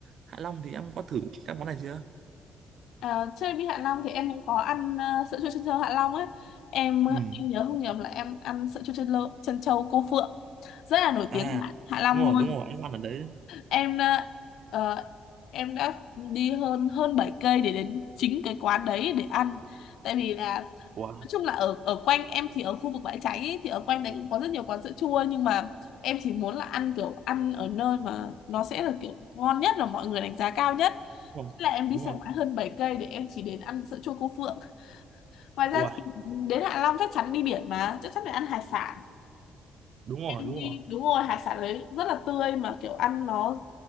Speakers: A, on the right (about 65°); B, on the left (about 80°).
A: Hạ Long thì em có thử các món này chưa
B: Ờ, chơi đi Hạ Long thì em cũng có ăn ờ, sữa chua chân trâu Hạ Long ấy em ờ,
A: ừ
B: em nhớ không nhầm là em ăn sữa chua chân trâu chân trâu cô Phượng rất là nổi
A: à
B: tiếng ở Hạ Hạ Long
A: đúng rồi
B: luôn
A: đúng rồi anh ăn ở đấy
B: em đã ờ, em đã đi hơn hơn 7 cây để đến chính cái quán đấy để ăn tại vì là
A: Wow.
B: nói chung là ở ở quanh em thì ở khu vực bãi cháy ấy, thì ở quanh đấy cũng có rất nhiều quán sữa chua nhưng mà em chỉ muốn là ăn kiểu ăn ở nơi mà nó sẽ là kiểu ngon nhất và mọi người đánh giá cao nhất
A: đúng
B: Thế là em đi
A: rồi
B: xe máy hơn 7 cây để em chỉ đến ăn sữa chua cô Phượng ngoài ra
A: đúng rồi Ui,
B: thì đến Hạ Long chắc chắn đi biển mà chắc chắn phải ăn hải sản
A: đúng rồi
B: đi
A: đúng rồi
B: đúng rồi hải sản đấy rất là tươi mà kiểu ăn nó